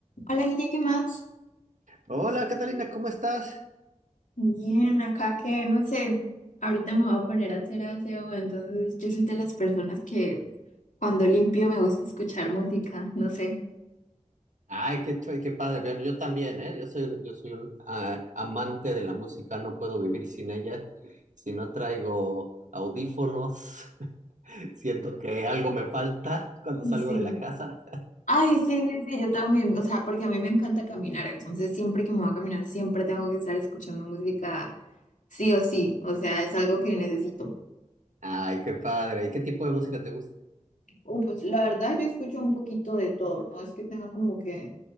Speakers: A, on the left; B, on the right.
A: Hola, Ine, ¿qué más?
B: Hola Catalina, ¿cómo estás?
A: Bien, acá que no sé, ahorita me voy a poner a hacer aseo, entonces yo soy de las personas que cuando limpio me gusta escuchar música, no sé.
B: Ay, qué chue- qué padre. Bueno, yo también, ¿eh? Yo soy, yo soy un ah, amante de la música, no puedo vivir sin ella. Si no traigo audífonos, <laughs> siento que algo me falta cuando salgo
A: Sí.
B: de la casa.
A: Ay, sí, sí, sí, yo también, o sea, porque a mí me encanta caminar, entonces siempre que me voy a caminar siempre tengo que estar escuchando música, sí o sí, o sea, es algo que necesito.
B: Ay, qué padre. ¿Y qué tipo de música te gusta?
A: Uh, pues la verdad yo escucho un poquito de todo, no es que tenga como que